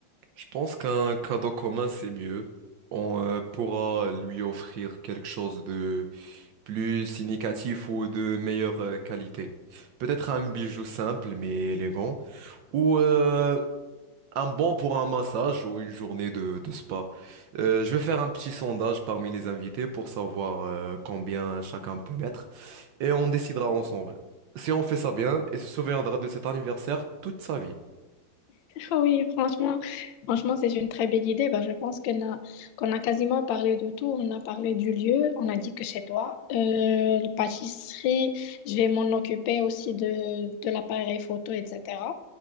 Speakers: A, on the right (about 75°); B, on the left (about 80°).
A: Je pense qu'un cadeau commun, c'est mieux. On euh, pourra lui offrir quelque chose de plus significatif ou de meilleure euh, qualité. Peut-être un bijou simple mais élégant ou euh, Un bon pour un massage ou une journée de, de spa. Euh, je vais faire un petit sondage parmi les invités pour savoir euh, combien chacun peut mettre et on décidera ensemble. Si on fait ça bien, il se souviendra de cet anniversaire toute sa vie.
B: Oui, franchement, franchement, c'est une très belle idée. Bah, je pense qu'on a, qu'on a quasiment parlé de tout. On a parlé du lieu, on a dit que chez toi, euh, la pâtisserie, je vais m'en occuper aussi de, de l'appareil photo, etc.